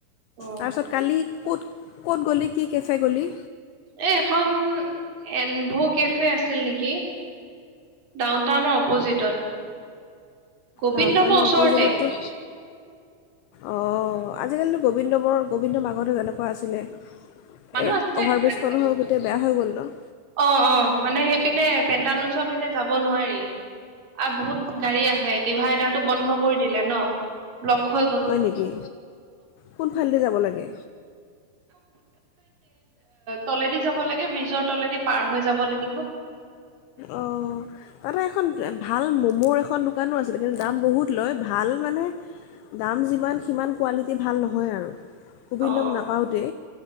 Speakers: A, on the right; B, on the left.
A: অ
B: তাৰপিছত কালি, ক'ত। ক'ত গ'লি কি কেফে গ'লি?
A: এই এখন, এনভো কেফে আছিল নেকি? ডাউন টাউনৰ অপ'জিটত। গোবিন্দমৰ
B: ডাউন-টাউনৰ
A: ওচৰতে
B: অপজিতট তো অ', আজিকালিতো গোবিন্দ বৰ, গোবিন্দ বৰ মাকহঁতো তেনেকুৱা আছিলে।
A: মানুহ
B: এই
A: আছে
B: অভাৰ ব্ৰিজখন
A: আজিকালি
B: হৈ, গোটেই বেয়া হৈ গ'ল ন?
A: অ' অ', মানে সেইপিনে, পেণ্টালঞ্চৰ পিনে যাব নোৱাৰি। অ', বহুত গাড়ী আহে, ডিভাইডাৰটো বন্ধ কৰি দিলে ন', ব্লক হৈ গ'ল।
B: হয় নেকি? কোনফালে দি যাব লাগে?
A: তলেদি যাব লাগে, ব্ৰিজৰ তলেদি পাৰ হৈ যাব লাগিব।
B: অ', তাতে এখন, ভাল ম'মোৰ এখন দোকানো আছিলে। কিন্তু দাম বহুত লয়, ভাল মানে দাম যিমান, সিমান কোৱালিটি ভাল নহয় আৰু, গোবিন্দম
A: অ
B: নাপাওঁতে।